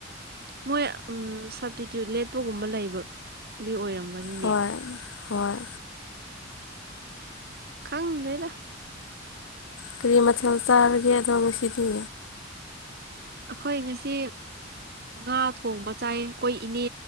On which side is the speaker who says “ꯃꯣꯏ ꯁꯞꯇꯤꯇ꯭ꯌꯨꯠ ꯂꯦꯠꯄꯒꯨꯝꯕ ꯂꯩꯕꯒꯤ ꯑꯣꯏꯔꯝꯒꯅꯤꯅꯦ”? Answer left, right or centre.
Right